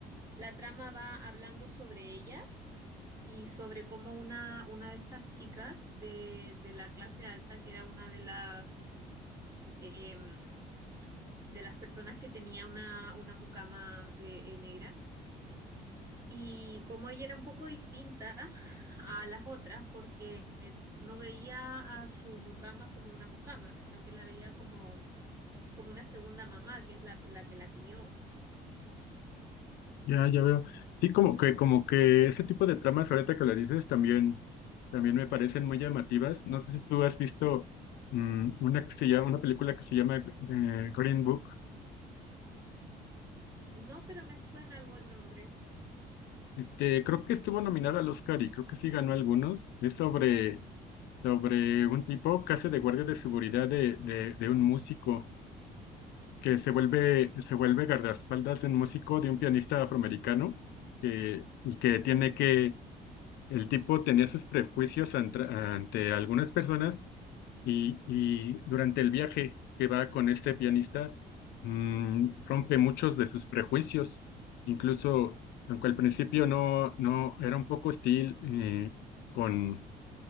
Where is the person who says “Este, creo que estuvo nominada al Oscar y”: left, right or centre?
Left